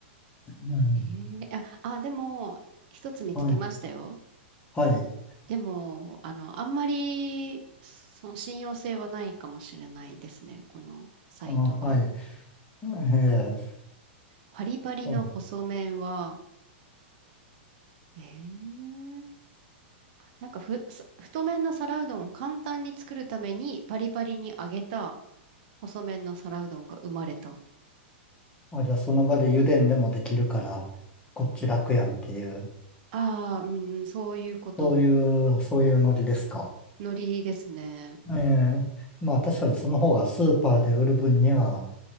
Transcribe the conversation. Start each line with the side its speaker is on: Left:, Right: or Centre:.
Left: うん、
Right: えー、あ、あ、でも、一つ見つけましたよ。
Left: はい、はい、
Right: でも、あの、あんまり、その信用性はないかもしれないですね。このサイトは。
Left: あ、はい、ええ
Right: パリパリの細麺は、
Left: そうです。
Right: えー、なんかふ、そ太麺の皿うどんを簡単に作るために、パリパリに揚げた細麺の皿うどんが生まれた。
Left: あ、じゃあその場で油田でもできるから、こっち楽やんっていう、
Right: ああ、うん、そういうこと。
Left: そういう、そういうノリですか。
Right: 海苔ですね。
Left: ええまあ確かにその方がスーパーで売る分には